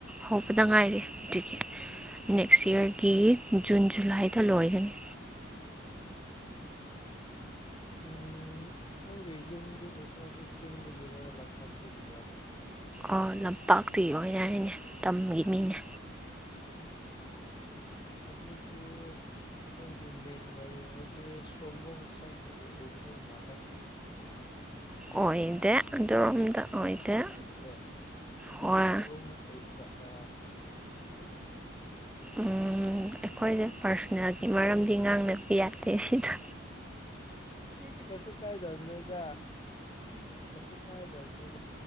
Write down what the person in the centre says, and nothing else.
ꯍꯧꯕꯗ ꯉꯥꯏꯔꯤ ꯑꯗꯨꯒꯤ ꯅꯦꯛꯁ ꯏꯌꯔꯒꯤ ꯖꯨꯟ ꯖꯨꯂꯥꯏꯗ ꯂꯣꯏꯒꯅꯤ
ꯑꯣ ꯂꯝꯄꯥꯛꯇꯒꯤ ꯑꯣꯏꯅ ꯍꯥꯏꯅꯦ ꯇꯝꯒꯤ ꯃꯤꯅꯦ
ꯑꯣꯏꯗꯦ ꯑꯗꯣꯝꯗ ꯑꯣꯏꯗꯦ
ꯍꯣꯏ
ꯎꯝ ꯑꯩꯈꯣꯏꯒꯤ ꯄꯥꯔꯁꯣꯅꯦꯜꯒꯤ ꯃꯔꯝꯗꯤ ꯉꯥꯡꯅꯕ ꯌꯥꯗꯦ ꯁꯤꯗ